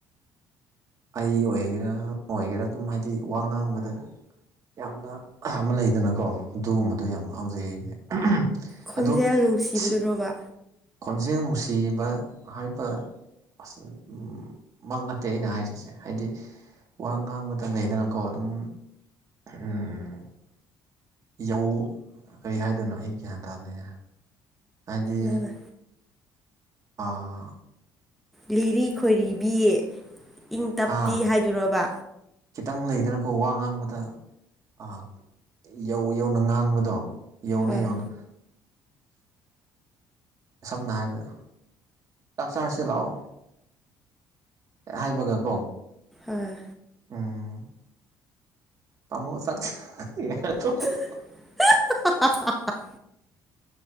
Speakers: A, on the right; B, in the centre.
A: ꯑꯩ ꯑꯣꯏꯒꯦꯔꯥ ꯑꯃ ꯑꯣꯏꯒꯦꯔꯥ ꯑꯗꯨꯝ ꯍꯥꯏꯗꯤ ꯋꯥ ꯉꯥꯡꯕꯗꯣ ꯌꯥꯝꯅ ꯑꯃ ꯂꯩꯗꯅꯀꯣ ꯑꯗꯨꯒꯨꯝꯕꯗꯣ ꯌꯥꯝ ꯉꯥꯎꯖꯩ ꯑꯩꯗꯤ
B: ꯈꯣꯟꯖꯦꯜ
A: ꯑꯗꯣ
B: ꯅꯨꯡꯁꯤꯕꯗꯨꯔꯣꯕ
A: ꯁꯤ ꯈꯣꯟꯖꯦꯜ ꯅꯨꯡꯁꯤꯕ ꯍꯥꯏꯕ ꯑꯁ ꯃꯪ ꯅꯠꯇꯦ ꯑꯩꯅ ꯍꯥꯏꯔꯤꯁꯦ ꯍꯥꯏꯗꯤ ꯋꯥ ꯉꯥꯡꯕꯗ ꯂꯩꯗꯅꯀꯣ ꯑꯗꯨꯝ ꯎꯝ ꯌꯧ ꯀꯔꯤ ꯍꯥꯏꯗꯣꯏꯅꯣ ꯑꯩ ꯒ꯭ꯌꯥꯟ ꯇꯥꯗꯅꯦ ꯍꯥꯏꯗꯤ
B: ꯅꯪꯅ
A: ꯑꯥ
B: ꯂꯤꯔꯤ ꯈꯣꯏꯔꯤꯕꯤ ꯏꯪ ꯇꯞꯄꯤ
A: ꯍꯥ
B: ꯍꯥꯏꯗꯨꯔꯣꯕ
A: ꯈꯤꯇꯪ ꯂꯩꯗꯅꯀꯣ ꯋꯥ ꯉꯥꯡꯕꯗ ꯑꯥ ꯌꯧ ꯌꯧꯅ ꯉꯥꯡꯕꯗꯣ ꯌꯧꯅ
B: ꯍꯣꯏ
A: ꯌꯧꯅ ꯁꯝꯅ ꯍꯥꯏꯔꯕꯗ ꯆꯥꯛ ꯆꯥꯔꯁꯦ ꯂꯥꯛꯑꯣ ꯍꯥꯏꯕꯒ ꯀꯣ
B: ꯑꯥ
A: ꯎꯝ ꯇꯃꯣ ꯆꯥꯛ <unintelligible>
B: <unintelligible>